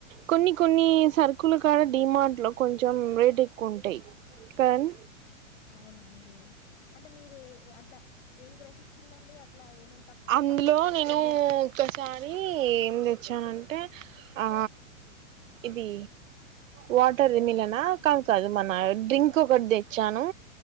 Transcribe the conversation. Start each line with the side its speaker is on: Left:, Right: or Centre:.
Right: కొన్ని కొన్ని సరుకులు కాడ డీ మార్ట్ లో కొన్ చెం రేట్ ఎక్కువుంటాయ్ కన్
Left: అవునా అండి అంటే మీరే అట్లా ఏం గ్రహించిళండి అట్లా ఏమేం
Right: అందులో నేను ఒకసారి ఏం లేద్ వచ్చా అంటే ఆ ఇది వాటర్ది మిలనా కాదు కాదు మన డ్రింక్ ఒకటి తెచ్చాను.